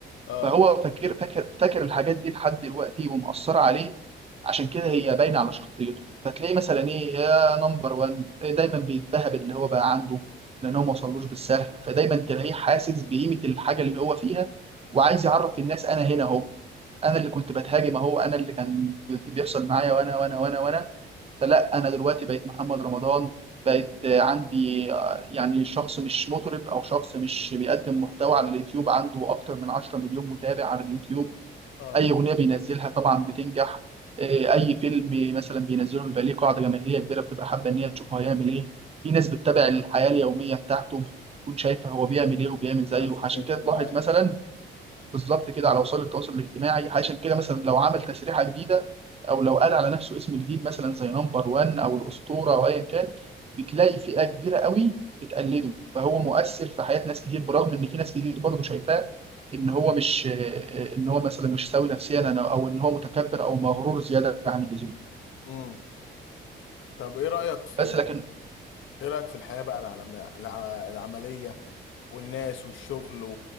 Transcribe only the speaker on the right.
فهو فاكر فاكر فاكر الحاجات دي لحد دلوقتي ومأثرة عليه عشان كده هي باينة على شخصيته فتلاقيه مثلا ايه يا نمبر وان دايما بيتبهب اللي هو بقى عنده لان هو ما وصلوش بالسهل فدايما تلاقيه حاسس بقيمة الحاجة اللي هو فيها وعايز يعرف الناس انا هنا اهو انا اللي كنت بتهاجم اهو انا اللي كان بيحصل معايا وانا وانا وانا وانا فلا انا دلوقتي بقيت محمد رمضان بقيت آه، عندي آه، يعني شخص مش مطرب او شخص مش بيقدم محتوى على اليوتيوب عنده اكتر من 10 مليون متابع على اليوتيوب
اي اغنيه بينزلها طبعا بتنجح آه، اي فيلم مثلا بينزله بيبقى ليه قاعده جماهيريه كبيره بتبقى حابه ان هي تشوفه هيعمل ايه في ناس بتتابع الحياه اليوميه بتاعته بتكون شايفه هو بيعمل ايه وبيعمل زيه
عشان كده
تلاحظ
مثلا بالظبط كده على وسائل التواصل الاجتماعي عشان كده مثلا لو عمل تسريحه جديده او لو قال على نفسه اسم جديد مثلا زي نمبر 1 او الاسطوره او ايا كان بتلاقي فئه كبيره قوي بتقلده فهو مؤثر في حياه ناس كتير برغم ان في ناس كتير برضه شايفاه ان هو مش ان هو مثلا مش سوي نفسيا أنا- او ان هو متكبر او مغرور زياده عن اللزوم
بس لكن